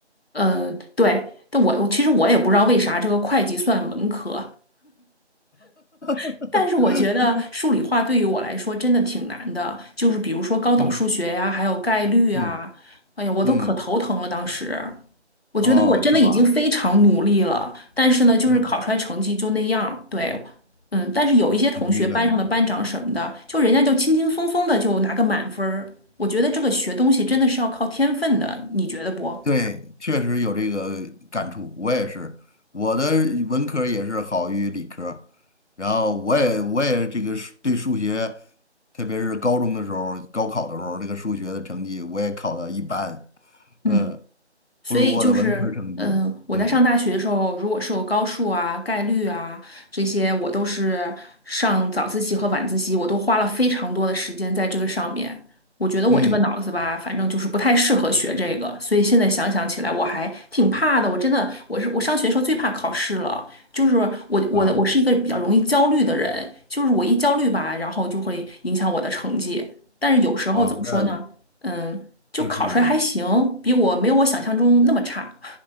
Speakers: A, on the left; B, on the left.
A: 嗯，对。但我我其实我也不知道为啥这个会计算文科，<laughs>
B: <laughs>
A: 但是我觉得数理化对于我来说真的挺难的，就是比如说高等数学呀，
B: 嗯
A: 还有概率啊，
B: 嗯
A: 哎呀，我都可头疼了当时。
B: 嗯。
A: 我觉得我真的已经非常努力了，
B: 哦，是吧？
A: 但是呢，就是考出来成绩就那样儿对，
B: 嗯，
A: 嗯，但是有一些同学，
B: 明白明白。
A: 班上的班长什么的，就人家就轻轻松松的就拿个满分儿。我觉得这个学东西真的是要靠天分的，你觉得不？
B: 对，确实有这个感触，我也是，我的文科儿也是好于理科儿然后我也我也这个数对数学，特别是高中的时候，高考的时候，这个数学的成绩我也考的一般，
A: 嗯。
B: 嗯，
A: 所以就是，
B: 不如我的文科儿成绩，
A: 嗯，我在上大学的时候，
B: 嗯
A: 如果是有高数啊、概率啊这些，我都是上早自习和晚自习，我都花了非常多的时间在这个上面。我觉得我这个脑子吧，
B: 嗯
A: 反正就是不太适合学这个，所以现在想想起来，我还挺怕的。我真的，我是我上学的时候最怕考试了，就是我我的我是一个比较容易焦虑的人，
B: 啊
A: 就是我一焦虑吧，然后就会影响我的成绩。但是有时候怎么说呢？
B: 啊，那
A: 嗯，就考出来还行，
B: 就是
A: 比我没有我想象中那么差。